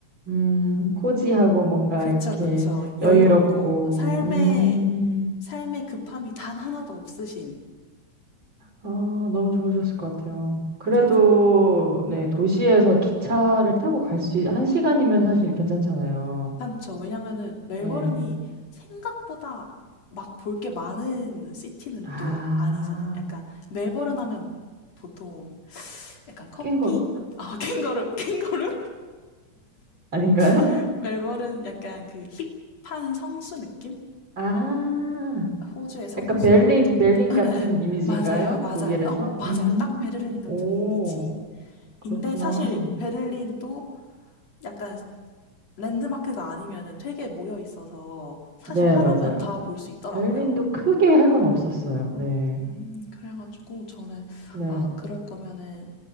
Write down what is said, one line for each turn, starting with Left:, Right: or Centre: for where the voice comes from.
Right: 음. 코지하고 뭔가
Left: 그쵸,
Right: 이렇게
Left: 그쵸. 여유롭고,
Right: 여유롭고.
Left: 삶의,
Right: 음.
Left: 삶의 급함이 단 하나도 없으신.
Right: 아, 너무 좋으셨을 것 같아요. 그래도
Left: 맞아요. 그,
Right: 네, 도시에서 기차를 타고 갈 수, 한 시간이면 사실 괜찮잖아요.
Left: 괜찮죠. 왜냐면은 멜버른이
Right: 네.
Left: 생각보다 막 볼 게 많은 시티는
Right: 아,
Left: 또 아니잖아요. 약간, 멜버른 하면 보통 약간 커피?
Right: 캥거루?
Left: 어, 캥거루, 캥거루?
Right: 아닌가요? <laughs>
Left: <laughs> 멜버른 약간 그 힙한 성수 느낌?
Right: 아,
Left: 호주의 성수?
Right: 약간 벨린,
Left: 맞아.
Right: 벨린 같은 이미지인가요?
Left: 맞아요, 맞아요.
Right: 독일에서?
Left: 어, 맞아요.
Right: 음,
Left: 딱 베를린 같은
Right: 오,
Left: 이미지.
Right: 그렇구나.
Left: 인데 사실 베를린도 약간 랜드마크가 아니면은 되게 모여 있어서 사실
Right: 네,
Left: 하루면
Right: 맞아요.
Left: 다 볼 수 있더라고요.
Right: 벨린도 크게 할 건 없었어요. 네.
Left: 음, 그래가지고 저는
Right: 네.
Left: 아, 그럴 거면은